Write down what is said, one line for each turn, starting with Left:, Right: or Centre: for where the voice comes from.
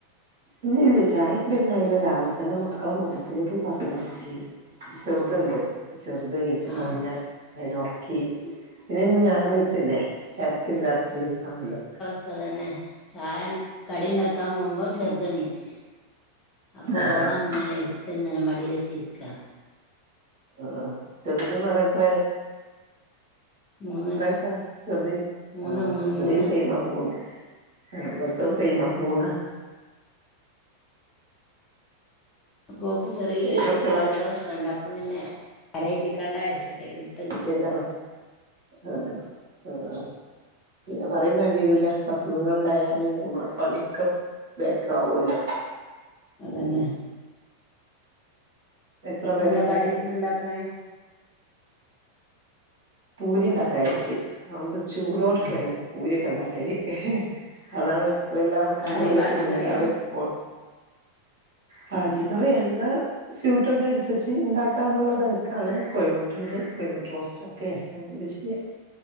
Right: ഇല്ലില്ല ചായക്കടി ഒന്നായീല്ല രാവിലെ തന്നെ മക്കളെ മദ്രസിലേക്ക് പറഞ്ഞയ്ച്ച് ചെറുത്ണ്ട് ചെറുതെണീറ്റപ്പം
Left: ആഹ്
Right: പിന്നെ അയ്നൊറക്കി പിന്നെന്ന് ഞാറാഴ് ച ല്ലേ തെരക്കില്ലാത്ത ദിവസാണല്ലോ
Left: ഇപ്പതന്നെ ചായ കടിണ്ടാക്കാൻ പോവുമ്പോ ചെർതെണീച്ച് അപ്പൊ
Right: ആഹ്
Left: ഓളങ്ങനെ
Right: ആഹ്
Left: എടുത്ത്ങ്ങനെ മടീ വെച്ചിര്ക്കാ
Right: ആഹ് ചെറുതിന്ന് പറയ് എത്രായി
Left: മൂന്ന്
Right: എത്ര വയസ്സാ ചെറുതിന്
Left: മൂന്ന്
Right: ആഹ്
Left: മൂന്ന്
Right: ഇവിടേം
Left: മൂന്ന്
Right: സെയ്മാ മൂന്ന് ആഹ് ഇവട്ത്തെ സെയ്മാ മൂന്ന്
Left: അപ്പോക്ക് ചെറിയ
Right: എത്ര കുട്ടികളാ
Left: ജലദോഷം ഒക്കെണ്ട് അപ്പൊ പിന്നെ കരയിപ്പിക്കാണ്ടാരിച്ചിട്ടേ എട്
Right: അയ് ശെരി ആണ് ആഹ് ആഹ് പിന്നെ പറയും വേണ്ട്യേരൂല അസുഖങ്ങള്ണ്ടായാല് ഞമ്മളെ പണ്യൊക്കെ ബേക്കാവൂലേ
Left: അതന്നേ
Right: എത്ര പേരാ
Left: എന്താ
Right: ഇങ്ങക്ക്
Left: കടി എന്താ ഇണ്ടാക്ക്ണേ?
Right: പൂരിണ്ടാക്കാര്ച്ച് അഹ് ആവുമ്പം ചൂടോട്ക്കേണ്.
Left: ആഹ്
Right: പൂര്യൊക്കെണ്ടാക്കല് അതാണ് വെല്ലാ
Left: കറി
Right: ഇതിമ്മലേക്കും
Left: ബാജി
Right: നീങ്ങാതെ
Left: കറിയാ
Right: പോ ബാജിക്കറിയാ എന്താ സ്യൂട്ടബിൾ അന്സരിച്ച് ഇണ്ടാക്കാന്ന്ള്ള തൽക്കാണ് കോഴ്മുട്ടണ്ട് കോഴ്മുട്ട റോസ്റ്റാ ക്കേ എന്തേ ചെയ്യാ